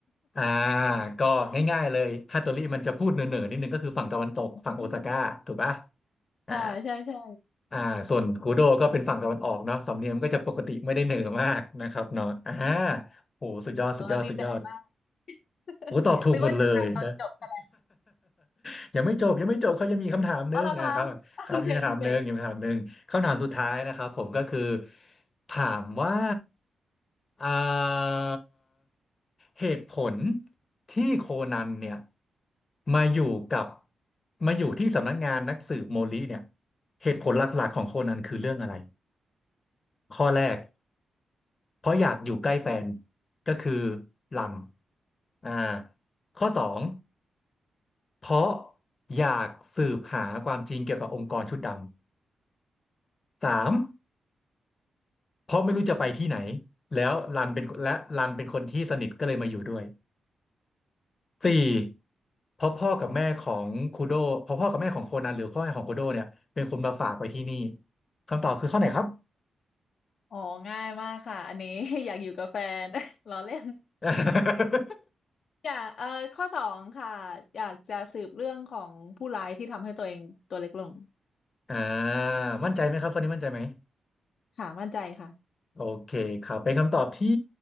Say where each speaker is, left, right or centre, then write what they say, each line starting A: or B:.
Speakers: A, on the left; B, on the left.
A: อ่าก็ง่ายๆเลยฮัตโตริมันจะพูดเหน่อๆนิดนึงก็คือฝั่งตะวันตกฝั่งโอซาก้าถูกปะ
B: <laughs> อืม
A: อ่า
B: อ่าใช่ใช่
A: อ่าส่วนคูโดก็เป็นฝั่งตะวันออกเนาะสำเนียงมันก็จะปกติไม่ได้เหน่อมากนะครับเนาะอ่าโหสุดยอดสุดยอดสุดยอด
B: เออดีใจมาก <laughs>
A: โอ้ตอบถูกหมดเลยนะ
B: นึกว่าจะตายตอนจบซะแล้ว
A: <laughs> ยังไม่จบยังไม่จบเขายังมีคำถามหนึงอ่ะครับครับยังมีคำถามหนึงยังมีคำถามหนึงคำถามสุดท้ายนะครับผมก็คือ
B: เอาละค่ะโอเคโอเค
A: ถามว่าอ่าเหตุผลที่โคนันเนี่ยมาอยู่กับมาอยู่ที่สำนักงานนักสืบโมริเนี่ยเหตุผลหลักๆของโคนันคือเรื่องอะไร ข้อแรกเพราะอยากอยู่ใกล้แฟนก็คือลำอ่าข้อสองเพราะอยากสืบหาความจริงเกี่ยวกับองค์กรชุดดำสามเพราะไม่รู้จะไปที่ไหนแล้วรันเป็นและรันเป็นคนที่สนิทก็เลยมาอยู่ด้วยสี่เพราะพ่อกับแม่ของคูโดเพราะพ่อกับแม่ของโคนันหรือพ่อแม่ของคูโดเนี่ยเป็นคนมาฝากไว้ที่นี่คำตอบคือข้อไหนครับ
B: อ๋อง่ายมากค่ะอันนี้ <laughs> อยากอยู่กับแฟน <laughs> ล้อเล่น
A: <laughs>
B: อยากเออข้อสองค่ะอยากจะสืบเรื่องของผู้ร้ายที่ทำให้ตัวเองตัวเล็กลง
A: อ่ามั่นใจไหมครับข้อนี้มั่นใจไหม
B: ค่ะมั่นใจค่ะ
A: โอเคครับเป็นคำตอบที่